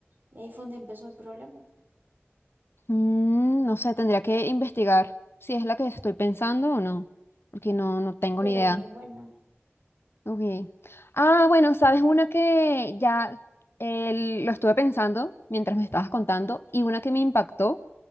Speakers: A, on the right; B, on the left.
A: Y ahí fue donde empezó el problema,
B: Mm, no sé, tendría que investigar si es la que estoy pensando o no, porque no, no tengo
A: pero
B: ni idea.
A: es muy buena.
B: Ok. Ah, bueno, sabes una que ya eh, lo estuve pensando mientras me estabas contando y una que me impactó